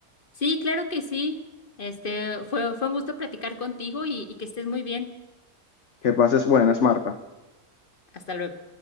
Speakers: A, on the left; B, on the left.
A: Sí, claro que sí. Este, fue, fue un gusto platicar contigo y, y que estés muy bien.
B: Que pases buenas, Marta.
A: Hasta luego.